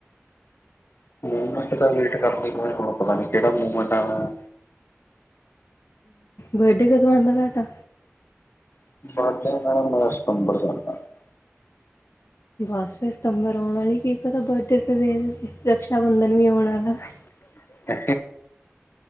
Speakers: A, on the left; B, on the left.
A: ਮੂਵਮੈਂਟ ਦਾ ਵੇਟ ਕਰਦੀ ਹੋਵੇ ਪਤਾ ਨਹੀਂ ਕਿਹੜਾ ਮੂਵਮੈਂਟ ਵਾਲਾ ਹੈ।
B: ਵਟਿਕ ਕਦੋਂ ਅੰਦਾ ਘੱਟ ਆ
A: <unintelligible>
B: ਬਸ ਸਤੰਬਰ ਆਉਣ ਨਹੀਂ ਕੀ ਪਤਾ ਬਰਥ ਦੇ ਦਿਨ ਰਕਸ਼ਾ ਬੰਧਨ ਵੀ ਆਣ ਵਾਲਾ ਹੈ।
A: <inaudible> <unintelligible>